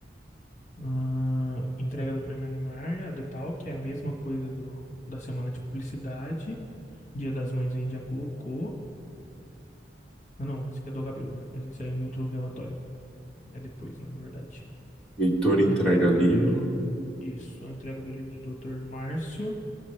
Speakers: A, on the left; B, in the centre.
A: Ah, entrega do Prêmio Animar, a Detal, que é a mesma coisa do, da semana de publicidade. Dia das Mães a gente já colocou. Ah, não, esse aqui é do HBO, né? Mas esse é em outro relatório. É depois, né, na verdade.
B: Heitor
A: A
B: entrega
A: entrega do
B: livro.
A: livro. Isso, a entrega do livro do Dr. Márcio,